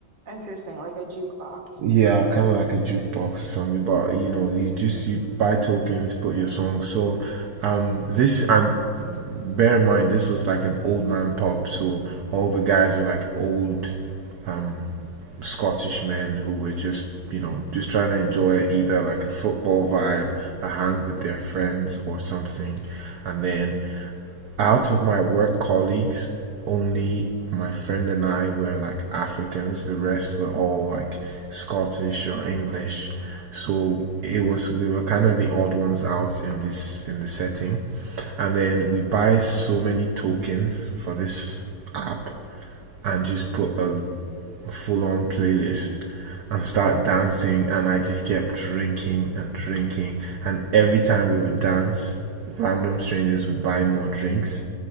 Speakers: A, on the right (about 35°); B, on the right (about 70°).
A: Interesting. Like a jukebox.
B: Yeah, kind of like a jukebox or something, but you know, you just you buy tokens, put your song. So, um, this and bear in mind, this was like an old man pub, so all the guys were like old um Scottish men who were just you know just trying to enjoy either like a football vibe, a hang with their friends or something, and then out of my work colleagues, only my friend and I were like Africans. The rest were all like Scottish or English. So it was we were kind of the odd ones out in this in the setting. And then we buy so many tokens for this app and just put a full on playlist and start dancing and I just kept drinking and drinking and every time we would dance random strangers would buy more drinks